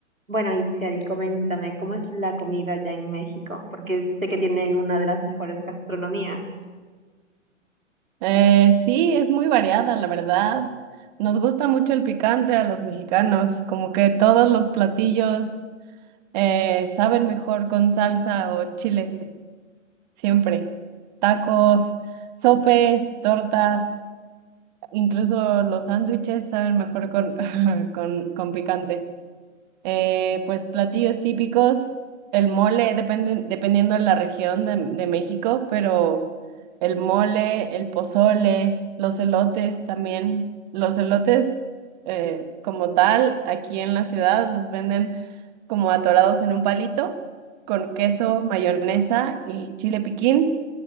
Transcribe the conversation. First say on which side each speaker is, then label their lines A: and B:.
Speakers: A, on the right; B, on the right.
A: Bueno, Itziar, y coméntame, ¿cómo es la comida allá en México? Porque sé que tienen una de las mejores gastronomías.
B: Eh, sí, es muy variada, la verdad. Nos gusta mucho el picante a los mexicanos, como que todos los platillos eh, saben mejor con salsa o chile, siempre. Tacos, sopes, tortas, incluso los sándwiches saben mejor con, <laughs> con, con picante. Eh, pues platillos típicos, el mole, depende, dependiendo de la región de, de México, pero el mole, el pozole, los elotes también. Los elotes, eh, como tal, aquí en la ciudad los venden como atorados en un palito con queso, mayonesa y chile piquín.